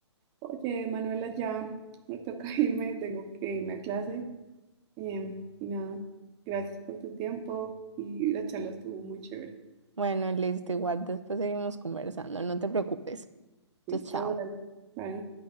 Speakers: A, on the right (about 20°); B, on the right (about 80°).
A: Oye, Manuela, ya me toca <laughs> irme, tengo que irme a clase. Em, y nada, gracias por tu tiempo y la charla estuvo muy chévere.
B: Bueno, listo, igual después seguimos conversando, no te preocupes. Entonces,
A: Listo,
B: chao.
A: dale, bye.